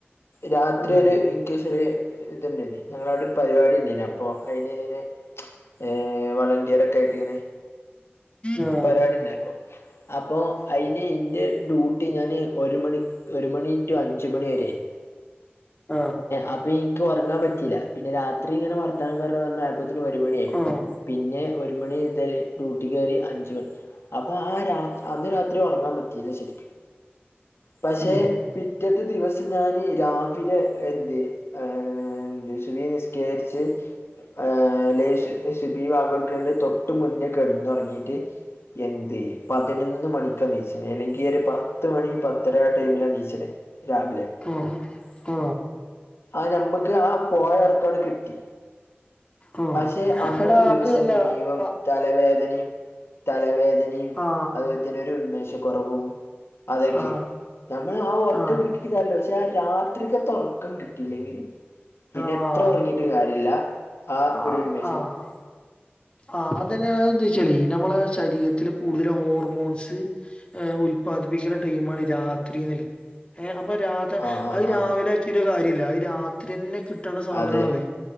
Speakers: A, on the left; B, on the left.
A: രാത്രി
B: ഉം
A: ഒരു ഇന്ക്ക് ചെറിയേ ഒരു ഇത്ണ്ടായിന്, ഞങ്ങടവിടെ ഒരു പരിപാടി ഉണ്ടായിന് അപ്പൊ അയിനിങ്ങനെ ഏഹ് വളറിയർ ഒക്കെ ആയിട്ട്ങ്ങനെ
B: ആ
A: പരിപാടി ഉണ്ടായിപ്പൊ അപ്പൊ അയിന് എന്റെ ഡ്യൂട്ടി ഞാന് ഒരു മണി ഒരു മണി ടു അഞ്ചു മണി വരെ ആനു
B: ആഹ്
A: ്അപ്പ ഇൻക്ക് ഒറങ്ങാൻ പറ്റീല്ല പിന്നെ രാത്രി ഇങ്ങനെ വർത്താനം പറഞ് പറഞ്ഞാ അല്പ്പത്തിന് ഒരു മണിയായി
B: ആ ആ
A: പിന്നെ ഒരു മണി മുതല് ഡ്യൂട്ടി കയറി അഞ്ചു മണി അപ്പൊ ആ രാ അന്ന് രാത്രി ഒറങ്ങാൻ പറ്റീയില്ല ശരിക്കും പക്ഷേ
B: ഉം
A: പിറ്റത്തെ ദിവസം ഞാൻ രാവിലെ എന്ത് എന്ത് സുവി നിസ്കരിച്ച് ഏ ലേഷം സിബി വാഗൽക്കന്റെ തൊട്ട് മുന്നേ കെടന്നൊറങ്ങിയിട്ട് എന്ത് പതിനൊന്ന് മണിക്കാ നീച്ചനെ അല്ലെങ്കി ഒരു പത്ത് മണി പത്തര ടൈമിലാ നീച്ചിനെ രാവിലെ
B: ആ ആ
A: ആ ഞമ്മക്ക് ആ പോയ ഒറക്കോങ്ങട് കിട്ടി
B: ആ
A: പക്ഷേ അന്നത്തെ
B: എടാ
A: ദിവസം
B: അത് അല്ല
A: മുഴുവൻ
B: ആ
A: തലവേദനേം തലവേദനേം
B: ആ
A: അതുപോലെ തന്നെ ഒരു ഉന്മേഷക്കുറവും അതെക്കി
B: ആ
A: നമ്മള് ആഹ് ഒറ്റക്കിട്ടിട്ട്
B: ആ
A: കാര്യല്ല പക്ഷെ രാത്രിക്കത്തെ ഒറക്കം കിട്ടില്ലെങ്കില് പിന്നെ
B: ആ
A: എത്ര ഒറങ്ങിട്ട് കാര്യല്ല ആ
B: ആഹ്
A: ഒരു ഉൻമേ
B: ആഹ് ആഹ് അതന്നെയ ഉദ്ദേശിച്ചാലെ നമ്മളെ ശരീരത്തില് കൂടുതൽ ഹോർമോൺസ് ഉല്പാദിപ്പിക്കുന്ന ടൈമാണ് രാത്രിമില് ഏഹ് അപ്പൊ രാതേ
A: ആ ആ
B: അത് രാവിലെ
A: ആ
B: ആക്കിട്ട് കാര്യല്ല അഹ് രാത്രി തന്നെ കിട്ടേണ്ട സാധനാണത്
A: അതെ